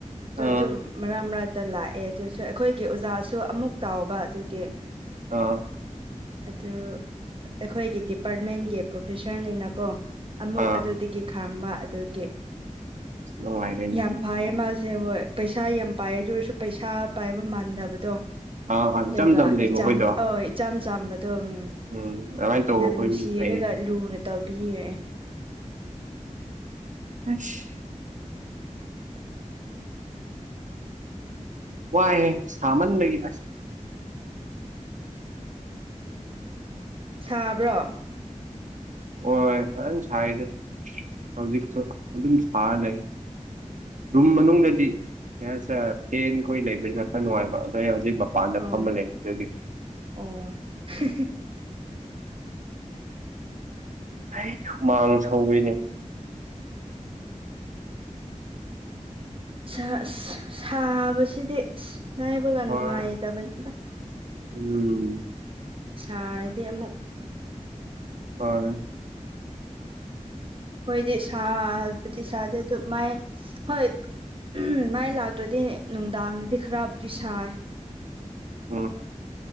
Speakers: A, on the right (about 45°); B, on the right (about 75°).
A: ꯑꯗꯣ
B: ꯑꯥ
A: ꯑꯗꯨꯝ ꯃꯔꯥꯛ ꯃꯔꯥꯛꯇ ꯂꯥꯛꯑꯦ ꯑꯗꯨꯁꯨ ꯑꯩꯈꯣꯏꯒꯤ ꯑꯣꯖꯥꯁꯨ ꯑꯃꯨꯛ ꯇꯥꯎꯕ ꯑꯗꯨꯒꯤ
B: ꯑꯥ
A: ꯑꯗꯨ ꯑꯩꯈꯣꯏꯒꯤ ꯗꯤꯄꯥꯔꯠꯃꯦꯟꯒꯤ ꯄ꯭ꯔꯣꯐꯦꯁꯔꯅꯤꯅꯀꯣ ꯑꯃꯨꯛ
B: ꯑꯥ
A: ꯑꯗꯨꯗꯒꯤ ꯈꯥꯡꯕ ꯑꯗꯨꯒꯤ
B: ꯅꯨꯡꯉꯥꯏꯒꯅꯤ
A: ꯌꯥꯝ ꯐꯌꯦ ꯃꯥ ꯁꯦ ꯍꯣꯏ ꯄꯩꯁꯥ ꯌꯥꯝ ꯄꯥꯏ ꯑꯗꯨ ꯑꯣꯏꯔꯁꯨ ꯄꯩꯁꯥ ꯄꯥꯏꯕ ꯃꯥꯟꯗꯕꯗꯣ
B: ꯑꯥ ꯑꯥ
A: ꯑꯗꯨꯒ
B: ꯏꯆꯝ ꯆꯝ ꯂꯩꯕ
A: ꯏꯆꯝ
B: ꯑꯩꯈꯣꯏꯗꯣ
A: ꯏꯆꯝ ꯆꯝꯕꯗꯣ ꯎꯝ
B: ꯎꯝ ꯑꯗꯨꯃꯥꯏꯅ ꯇꯧꯕ
A: ꯌꯥꯝ
B: ꯑꯩꯈꯣꯏ
A: ꯅꯨꯡꯁꯤꯔꯒ
B: ꯃꯤ ꯐꯩꯌꯦ
A: ꯂꯨꯅ ꯇꯧꯕꯤꯅꯤꯑꯦ
B: ꯑꯁ ꯋꯥꯏꯌꯦ ꯁꯥꯃꯟꯕꯒꯤ
A: ꯁꯥꯕ꯭ꯔꯣ
B: ꯍꯣꯏ ꯐꯖꯅ ꯁꯥꯏꯗꯥ ꯍꯧꯖꯤꯛꯁꯨ ꯑꯗꯨꯝ ꯁꯥ ꯂꯩ ꯔꯨꯝ ꯃꯅꯨꯡꯗꯗꯤ ꯀꯩ ꯍꯥꯏꯁꯤꯔꯥ ꯐꯦꯟ ꯈꯣꯏ ꯂꯩꯕꯁꯤꯅ ꯈꯔ ꯅꯨꯡꯉꯥꯏꯕ ꯑꯗꯣ ꯑꯩ ꯍꯧꯖꯤꯛ ꯃꯄꯥꯟ ꯃꯄꯥꯟꯗ
A: ꯑꯣ
B: ꯐꯝꯃ ꯂꯩ ꯑꯗꯨꯒꯤ
A: ꯑꯣ ꯍꯤ ꯍꯤ
B: ꯑꯩ ꯍꯨꯃꯥꯡ ꯁꯧꯋꯤꯅꯦ
A: ꯁꯥ ꯁꯥꯕꯁꯤꯗꯤ ꯑꯁ ꯂꯩꯩꯕꯒ
B: ꯍꯣꯏ
A: ꯅꯨꯡꯉꯥꯏꯇꯕꯅꯤꯗ
B: ꯎꯝ
A: ꯁꯥꯔꯗꯤ ꯑꯃꯨꯛ
B: ꯐꯔꯦ
A: ꯍꯣꯏꯗꯤ ꯁꯥꯕꯨꯗꯤ ꯁꯥꯗꯦ ꯑꯗꯨ ꯃꯥꯏ ꯍꯣꯏ ꯎꯝ ꯃꯩ ꯂꯥꯛꯇ꯭ꯔꯗꯤ ꯅꯨꯡꯗꯥꯡꯗꯗꯤ ꯈꯔꯕꯨꯗꯤ ꯁꯥꯏ
B: ꯎꯝ